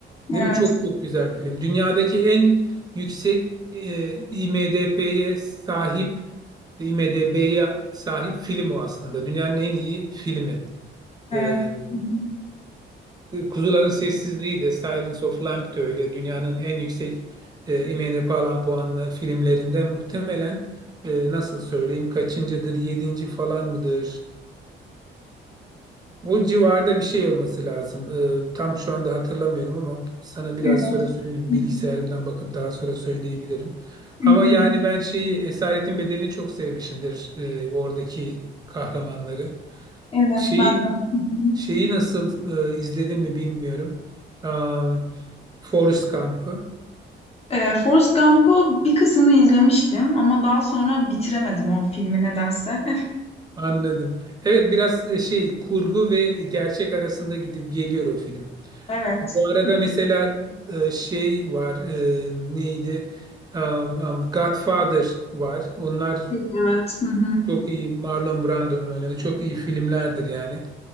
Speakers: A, on the right; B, on the left.
A: Değil
B: Evet,
A: mi? Çok çok güzel bir film. Dünyadaki en yüksek e, IMDb'ye sahip, IMDb'ye sahip film o aslında. Dünyanın en iyi filmi.
B: evet.
A: E,
B: Hı hı,
A: Kuzuların Sessizliği de Silence of Lamb de öyle. Dünyanın en yüksek e, IMDb alan puanlı filmlerinden muhtemelen e, nasıl söyleyeyim kaçıncıdır? Yedinci falan mıdır? O civarda bir şey olması lazım. Ee, tam şu anda hatırlamıyorum ama sana biraz
B: Evet.
A: sonra söyleyeyim.
B: Hı
A: Bilgisayarımdan
B: hı.
A: bakıp daha sonra söyleyebilirim.
B: Hı
A: Ama
B: hı.
A: yani ben şeyi Esaretin Bedeli'ni çok sevmişimdir. e, oradaki kahramanları.
B: Evet
A: Şeyi
B: ben de. Hı hı.
A: şeyi nasıl e, izledin mi bilmiyorum. Um, Forrest Gump'ı.
B: Ee, Forrest Gump'u bir kısmını izlemiştim ama daha sonra bitiremedim o filmi nedense. <laughs>
A: Anladım. Evet biraz e, şey kurgu ve gerçek arasında gidip geliyor o film.
B: Evet.
A: Bu arada
B: Hı hı.
A: mesela e, şey var e, neydi? Um, um, Godfather var. Onlar
B: Peki, Evet. Hı hı.
A: çok iyi Marlon Brando'nun oynadığı çok iyi filmlerdir yani.